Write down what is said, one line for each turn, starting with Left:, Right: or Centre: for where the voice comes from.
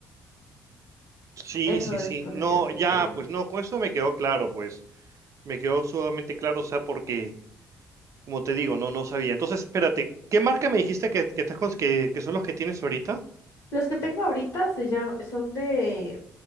Right: Sí,
Left: Eso
Right: sí, sí.
Left: es lo
Right: No,
Left: que tienes que
Right: ya,
Left: pedir.
Right: pues no, con eso me quedó claro, pues. Me quedó sumamente claro, o sea, porque, como te digo, no, no sabía. Entonces, espérate, ¿qué marca me dijiste que, que estás cons- que, que son los que tienes ahorita?
Left: Los que tengo ahorita se llaman, son de